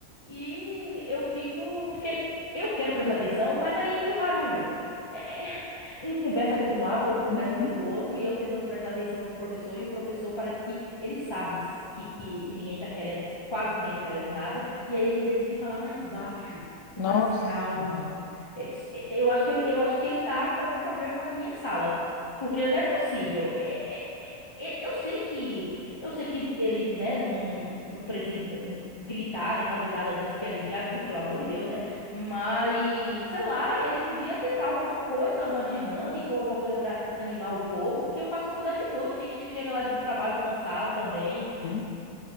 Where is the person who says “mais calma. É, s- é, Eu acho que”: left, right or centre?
Left